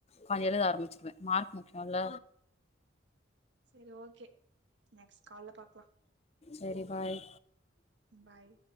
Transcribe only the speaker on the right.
சரி ஓகே நெக்ஸ்ட் கால்ல பாக்கலா
பாய்